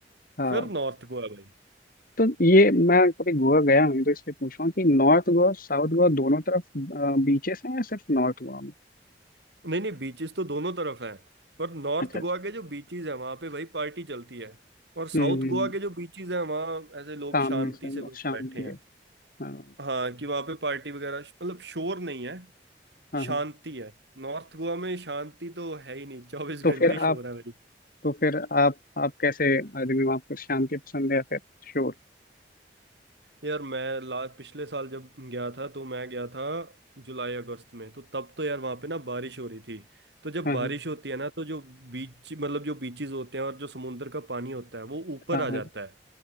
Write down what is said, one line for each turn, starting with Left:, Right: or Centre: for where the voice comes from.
Left: हाँ
Right: फिर नॉर्थ गोवा भाई
Left: तो ये मैं कभी गोवा गया नहीं तो इसलिए पूछ रहा हूँ कि नॉर्थ गोवा साउथ गोवा दोनों तरफ बीचेस हैं या सिर्फ नॉर्थ गोवा में
Right: नहीं नहीं बीचेस तो दोनों तरफ हैं पर नॉर्थ
Left: अच्छा
Right: गोवा
Left: अच्छा
Right: के जो बीचेस हैं वहां पे भाई पार्टी चलती है और
Left: हम्म
Right: साउथ गोवा के जो बीचेस हैं वहां ऐसे लोग
Left: काम
Right: शांति
Left: में से
Right: से
Left: बस
Right: बस
Left: शांति
Right: बैठे हैं
Left: है हाँ
Right: हाँ कि वहां पे पार्टी वगैरह मतलब शोर नहीं है
Left: हाँ
Right: शांति
Left: हाँ
Right: है नॉर्थ गोवा में शांति तो है ही नहीं चौबीस
Left: तो
Right: घंटे
Left: फिर
Right: शोर
Left: आप
Right: है भाई
Left: तो फिर आप आप कैसे आदमी हो आपको शांति पसंद है या फिर शोर
Right: यार मैं ला पिछले साल जब गया था तो मैं गया था जुलाई अगस्त में तो तब तो यार वहां पे ना बारिश हो रही थी तो जब
Left: हाँ
Right: बारिश होती है ना तो जो बीच मतलब जो बीचेस होते हैं और जो समुंदर का पानी होता है वो ऊपर
Left: हाँ हाँ
Right: आ
Left: हाँ
Right: जाता है